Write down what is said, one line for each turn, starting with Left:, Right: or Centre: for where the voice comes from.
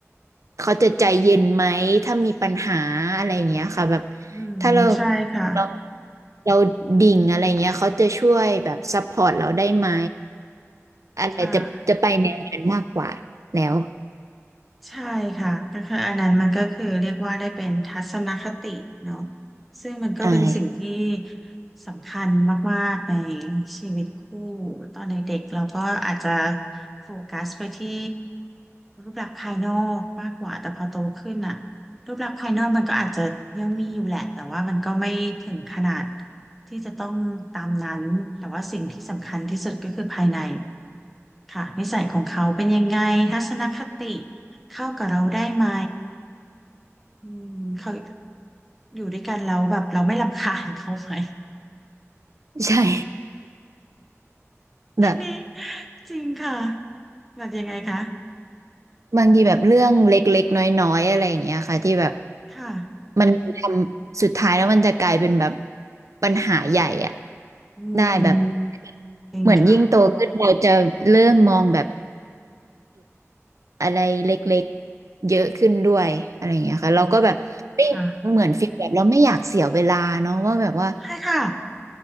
Right: เขาจะใจเย็นไหมถ้ามีปัญหาอะไรอย่างเงี้ยค่ะแบบ
Centre: อืมใช่ค่ะ
Right: ถ้าเราเราเราดิ่งอะไรเงี้ยเขาจะช่วยแบบซัพพอร์ตเราได้ไหมอะไรจะจะไปแนวนั้นมากกว่าแล้ว
Centre: ค่ะใช่ค่ะก็คืออันนั้นมันก็คือเรียกว่าได้เป็นทัศนคติเนาะซึ่งมันก็เป็นสิ่งที่
Right: อ่า
Centre: สำคัญมากๆในชีวิตคู่ตอนเด็กๆเราก็อาจจะโฟกัสไปที่รูปลักษณ์ภายนอกมากกว่าแต่พอโตขึ้นอะรูปลักษณ์ภายนอกมันก็อาจจะยังมีอยู่แหละแต่ว่ามันก็ไม่ถึงขนาดที่จะต้องตามนั้นแต่ว่าสิ่งที่สำคัญที่สุดก็คือภายใน ค่ะนิสัยของเขาเป็นยังไงทัศนคติเข้ากับเราได้ไหมอืมเขาอยู่ด้วยกันแล้วแบบเราไม่รำคาญเขาไหม
Right: ใช่ <laughs>
Centre: อันนี้
Right: แบบ
Centre: จริงค่ะแบบยังไงคะ
Right: บางทีแบบเรื่องเล็กๆน้อยๆอะไรอย่างเงี้ยค่ะที่แบบ
Centre: ค่ะ
Right: มันทำสุดท้ายแล้วมันจะกลายเป็นแบบปัญหาใหญ่อะ
Centre: อืม
Right: ได้แบบ
Centre: จริงค่ะ
Right: เหมือนยิ่งโตขึ้นเราจะเริ่มมองแบบอะไรเล็กๆเยอะขึ้นด้วยอะไรอย่างเงี้ยค่ะเราก็แบบไม่เหมือนฟีลแบบเราไม่อยากเสียเวลาเนาะว่าแบบว่า
Centre: อืมค่ะใช่ค่ะ